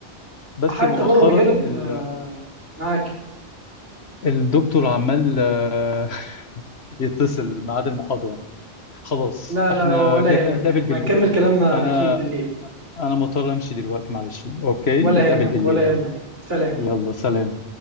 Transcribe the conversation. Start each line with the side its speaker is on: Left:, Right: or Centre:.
Left: بس
Right: حتى
Left: مؤخرا
Right: بره مجال ال-
Left: ال-
Right: آه، معاك
Left: الدكتور عمال آه، <laughs> يتصل ميعاد المحاضرة خلاص
Right: لا
Left: احنا
Right: لا ولا
Left: كده كده
Right: يهمك
Left: هنتقابل
Right: احنا
Left: بالليل
Right: هنكمل كلامنا
Left: فانا
Right: اكيد بالليل
Left: انا مضطر امشي دلوقتي معلش اوكي
Right: ولا
Left: نتقابل
Right: يهمك
Left: بالليل
Right: ولا يهمك سلام
Left: يلا سلام